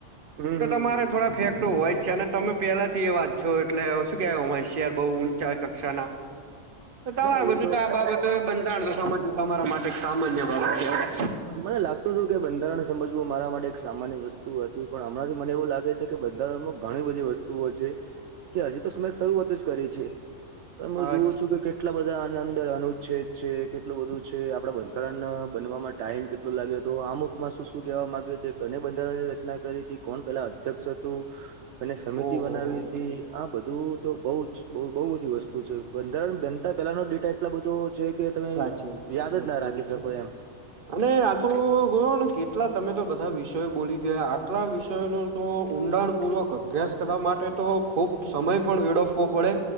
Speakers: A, on the right; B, on the right.
A: હમ
B: તો
A: હમ
B: તમારે થોડા ફેકટો હોય છે અને. તમે પેલા થી એવા જ છો એટલે શું કેવાય હોશિયાર બહું ઊંચા કક્ષાના. તો તમારે
A: હા એ
B: બધું તો આ બાબત બંધારણ તો સમજવું તમારા માટે સામાન્ય બાબત છે.
A: મને લાગતું હતું કે બંધારણ સમજવું મારા માટે એક સામાન્ય વસ્તુ હતી પણ હમણાંથી મને એવું લાગે છે. કે બંધારણમાં ઘણી બધી વસ્તુઓ છે કે હજી તો મેં શરૂઆત જ કરી છે. તમે જોઉ
B: અચ્છ
A: છું કે. કેટલા બધા આના અંદર અનુચ્છેદ છે કેટલું બધું છે આપડા બંધારણ બનવા માટે. ટાઈમ કેટલો લાગ્યો હતો આમુખમાં શું શું કેવા માંગ્યો છે કને બંધારણની રચના કરી હતી કોણ પેલા. અધ્યક્ષ હતું અને સમિતિ
B: ઓહો
A: બનાવી
B: હો
A: હતી. આ બધું તો બ‌ઉજ બહુ બધી વસ્તુ છે બંધારણ બનતા પેલા નો ડેટા એટલો બધો છે. કે તમે
B: સાચી વાત છે
A: યાદ
B: સાચી
A: જ ના રાખી
B: વાત
A: શકો
B: છે.
A: એમ.
B: અને આ તો ગયો ને કેટલા તમે તો બધા વિષયો બોલી ગયા આટલા વિષયો નો. તો ઊંડાણ પૂર્વક અભ્યાસ કરવા માટે તો ખુબ સમય પણ વેળફો પડે.